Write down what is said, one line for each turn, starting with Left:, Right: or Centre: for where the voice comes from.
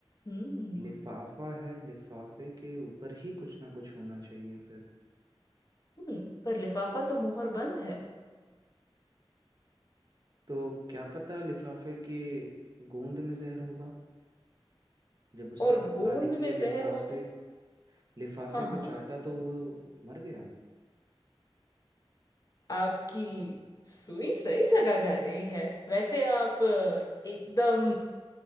Left: हम्म
Right: लिफाफा है लिफाफे के ऊपर ही कुछ ना कुछ होना चाहिए फिर
Left: हम्म पर लिफाफा तो मोहर बंद है
Right: तो क्या पता लिफाफे के गोंद में जहर होगा जब उसने
Left: और
Right: चिपकाने
Left: गोंद
Right: के लिए
Left: में
Right: लिफाफे
Left: जहर होने
Right: लिफाफे
Left: हाँ
Right: को
Left: हाँ
Right: चाटा तो वो मर गया
Left: आपकी सुई सही जगह जा रही है वैसे आप अ, एकदम